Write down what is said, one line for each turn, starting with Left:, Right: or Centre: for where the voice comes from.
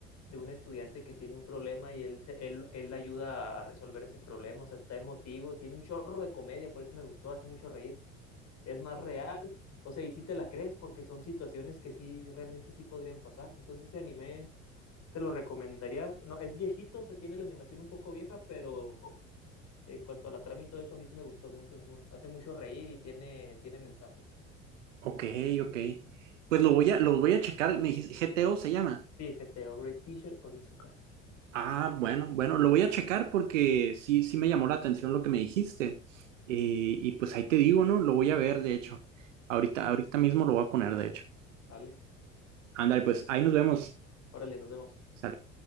Left: de un estudiante que tiene un problema y él, se- él, él ayuda a resolver ese problema. O sea, está emotivo, tiene un chorro de comedia, por eso me gustó, hace mucho reír es más real, o sea, y sí te la crees porque son situaciones que sí, realmente sí podrían pasar. Entonces ese anime te lo recomendaría. No, es viejito, o sea, tiene la animación un poco vieja, pero en cuanto a la trama y todo eso, a mí sí me gustó mucho. es mu- hace mucho reír y tiene, tiene mensaje.
Right: ok, ok. Pues lo voy a, lo voy a checar, me dijiste, GTO se llama.
Left: Sí, GTO, Great Teacher, Onizuka.
Right: Ah, bueno, bueno, lo voy a checar porque sí, sí me llamó la atención lo que me dijiste. Eh, y pues ahí te digo, ¿no? Lo voy a ver, de hecho. Ahorita,
Left: Sale,
Right: ahorita mismo lo voy a poner, de hecho.
Left: sale.
Right: Ándale, pues ahí nos vemos.
Left: Órale, nos vemos.
Right: Sale.